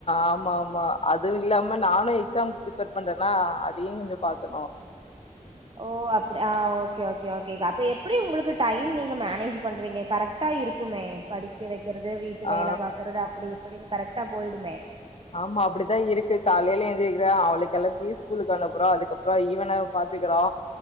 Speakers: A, on the left; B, on the right.
A: ஆமா ஆமா அதுவு இல்லாம நானு எக்ஸாம் ப்ரிப்பர் பண்றனா அதையு கொஞ்சோ பாக்கனோ
B: ஓ அப்படி அ ஓகே ஓகே ஓகேக்கா அப்ப எப் படி உங்குளுக்கு டைம் நீங்க மேனேஜ் பண்றீங்க கரெக்டா இருக்குமே படி க்க வெக்கறது வீட்டு
A: ஆ.
B: வேல பாக்குறது அப்படி இப்படினு கரெக்டா போய்டுமே
A: ஆமா அப்படிதா இருக்கு காலேல எந்திரிக்கிற அவள கெளப்பி ஸ்கூலுக்கு அனுப்புற அதுக்கப்றோ இவன பா த்துக்குறோ